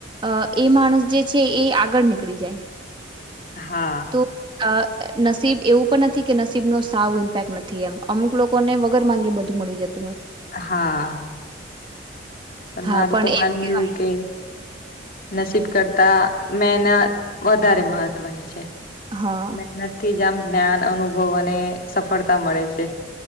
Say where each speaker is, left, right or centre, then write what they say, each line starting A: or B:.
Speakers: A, on the right; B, on the left.
A: અ એ માણસ જે છે એ આગળ નીકળી જાય
B: હા
A: તો અ નસીબ એવું પણ નથી કે નસીબ નો સાવ ઇમ્પેક્ટ નથી એમ અમુક લોકોને વગર માંગે બધું મળી જત
B: હા પણ
A: હા
B: મારું તો માનવું
A: એમ કેવાય
B: એવું કે નસીબ કરતા મહેનત વધારે મહત્વની છે
A: હા
B: મહેનતથી જ આમ જ્ઞાન અનુભવ અને સફળતા મળે છે